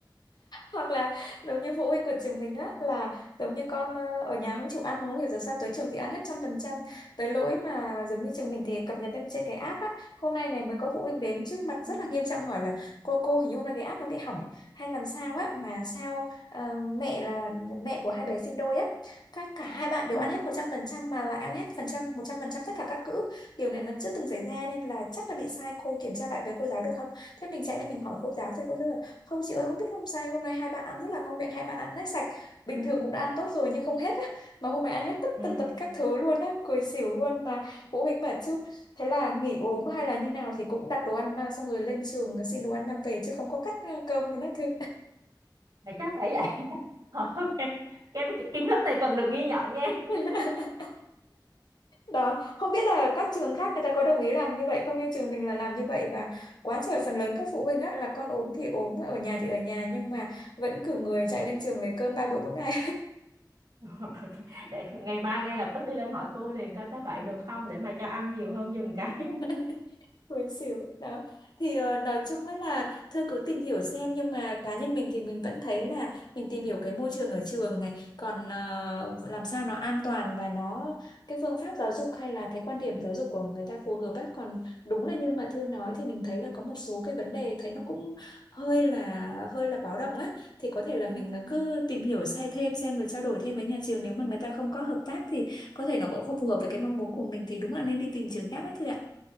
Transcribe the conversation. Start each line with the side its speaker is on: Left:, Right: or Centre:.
Left: hoặc là giống như phụ huynh của trường mình á là giống như con ờ, ở nhà không chịu ăn mà không hiểu giờ sao tới trường thì ăn hết trăm phần trăm tới lỗi mà giống như trường mình thì cập nhật lên trên cái app á hôm nay này mới có phụ huynh đến trước
Right: <laughs>
Left: mặt rất
Right: ừ
Left: là nghiêm trọng hỏi là cô cô hình như hôm nay cái app nó bị hỏng hay làm sao á mà sao ờ, mẹ là mẹ của hai bé sinh đôi á các cả hai bạn
Right: ừ
Left: đều ăn hết một trăm phần trăm mà lại ăn hết phần trăm một trăm phần trăm tất cả các cữ điều này nó chưa từng xảy ra nên là chắc là bị sai cô kiểm tra lại với cô giáo được không thế mình chạy lại mình hỏi cô giáo thì cô giáo không chị ơi không biết không sao hôm nay hai bạn ăn rất là ngon miệng hai bạn ăn hết sạch bình thường cũng đã ăn tốt rồi nhưng không hết á mà hôm nay ăn hết tất
Right: ừ.
Left: tần tật các thứ luôn á cười xỉu luôn mà phụ huynh bảo chứ thế là nghỉ ốm hay là như nào thì cũng đặt đồ ăn mang xong rồi lên trường xin đồ ăn mang về chứ không có cắt ờ, cơm luôn á thưa
Right: Là chắc phải <laughs> ok cái, cái kiến thức này cần được ghi nhận nha
Left: <laughs> đó không biết là các trường khác người ta có đồng ý làm như vậy không như trường mình là làm như vậy và quá trời phần lớn các phụ huynh á là con ốm thì ốm ở nhà thì ở nhà nhưng mà vẫn cử người chạy lên trường lấy cơm ba bữa mỗi ngày
Right: <laughs> để ngày mai ngay lập tức đi lên hỏi cô liền coi có vậy được không để mà cho ăn nhiều hơn giùm cái
Left: <laughs> Buồn xỉu đó thì ờ, nói chung á là thưa cứ tìm hiểu xem nhưng mà cá nhân mình thì mình vẫn thấy là mình tìm hiểu cái môi trường ở trường này còn ờ, làm sao nó an toàn và nó cái phương pháp giáo dục hay là cái quan điểm giáo dục của người ta phù hợp ấy còn đúng là như mà Thư nói thì mình thấy là có một số cái vấn đề thấy nó cũng hơi là hơi là báo động á thì có thể là
Right: <laughs>
Left: mình
Right: ừ
Left: cứ tìm hiểu sai thêm xem rồi trao đổi thêm với nhà trường nếu mà người ta không có hợp tác thì có thể nó cũng không phù hợp với cái mong muốn của mình thì đúng là nên đi tìm trường khác á Thư ạ